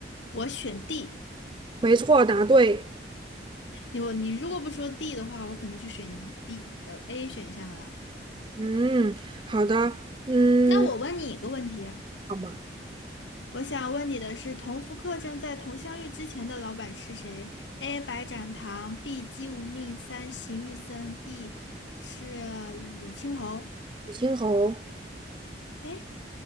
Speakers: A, on the left; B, on the right.
A: 我选 D。
B: 没错，答对。
A: 你我你如果不说 D 的话，我肯定就选一 D 呃 A 选项了。
B: 嗯，好的，嗯，
A: 那我问你一个问题啊。
B: 好嘛。
A: 我想问你的是，同福客栈在同乡遇之前的老板是谁？A. 白展堂，B. 姬无命，三邢玉森，D. 是吕青侯。
B: 水青侯，
A: 哎，